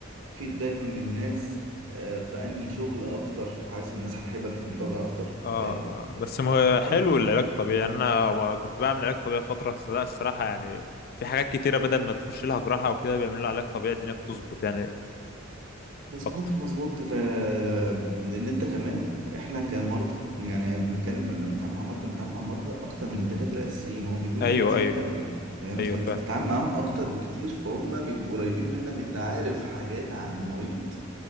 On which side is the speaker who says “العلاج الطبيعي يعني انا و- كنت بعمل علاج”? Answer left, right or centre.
Left